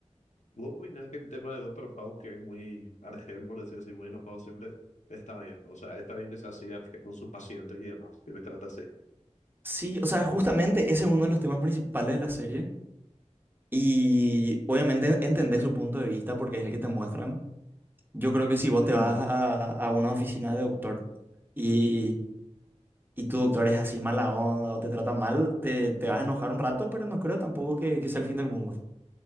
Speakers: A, on the left; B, on the right.
A: Luego viene el tema de Doctor House, que es muy argel, por decir así, decir, muy enojado siempre, está bien. O sea, está bien que sea así argel con sus pacientes y demás, que le trata así.
B: Sí, o sea, justamente ese es uno de los temas principales de la serie. Y obviamente entendés su punto de vista porque es el que te muestran. Yo creo que si vos
A: ¿Me
B: te
A: entiendes?
B: vas a, a una oficina de doctor y, y tu doctor es así mala onda o te trata mal, te, te vas a enojar un rato, pero no creo tampoco que, que sea el fin del mundo.